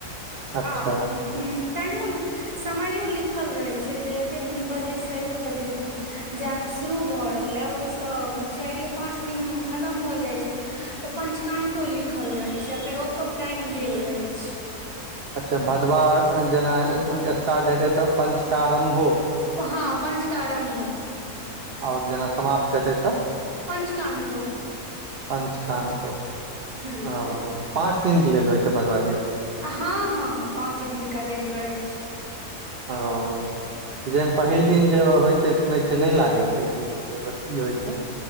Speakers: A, on the right (about 45°); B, on the right (about 25°).
A: अच्छा
B: आ ओ टामयो समयो लिखल रहैत छै जे एते बजे सँ एते बजे जाएऽ शुरू भऽ रहलए ओहि सँ चारि ये पाँच दिन खतम भऽ जाइत छै तऽ पंचका्तो लिखल रहैत छै आ फेर ओतौ टाइम देल रहैत छै
A: अच्छा भदवाह जेना स्टार्ट हेतै तऽ पञ्चकारम्भो
B: हाँ पंच कऽ रम्भो
A: आओर जेना समाप्त हेतै तऽ
B: पंचकान्तो
A: पञ्चका्त
B: हूँ
A: हाँ पाँच दिन के लेल होइ छै भदबा की
B: हँ हँ हँ पाँच दिनका लेल रहैत
A: हा आ जाहिमे पहिल दिन जे होइ छै सुनै छै नहि लागै छै ओ की होइ छै